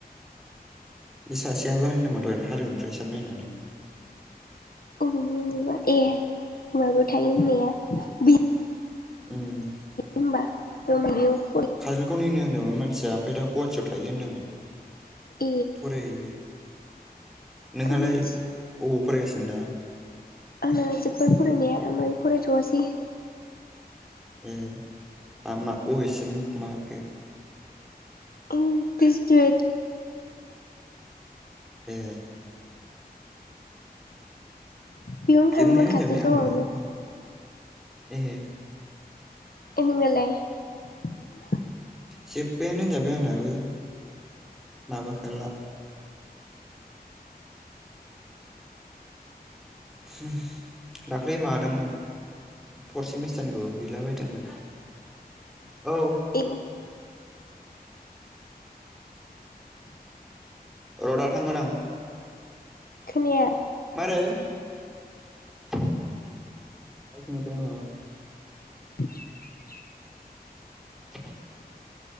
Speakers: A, in the centre; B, on the left.
A: बे सासेयाबो होनदोंमोन दहायनो हारिमुनिफ्राय साननाय होननानै
B: अबेनिमोन बेबा ए माबायाव थायो होननाया बि
A: उम
B: होमबा <unintelligible>
A: काजलगावनिनो होन्दोंमोन माने मानसिया ओमफाय दा गुवाहाटियाव थायो होन्दोंमोन
B: ए
A: फरै होयो नोंहालाय
B: आं मिथि
A: आबाव फरायगासिनो दा
B: आंना जोब्बाय फरायनाया मोने फरायथवासै
A: ए मा मा अबेसिम माखो
B: आं ग्रेजुवेट
A: ए
B: बेयावनो थाङोमोन
A: जोबनायानो होनजाबाय
B: काजलगावआवनो
A: आंबो मा ए
B: <unintelligible>
A: जोब्बायानो होनजाबाय आंनाबो माबाखाला <unintelligible> दा दाख्लै मादोंमोन फर्थ सेमिस्टारनिखौ हैलाबायदोंमोन औ
B: ए
A: रडा थांगोन आं
B: खोनाया
A: मारै आय सोंहरदों रं
B: <unintelligible>
A: <unintelligible>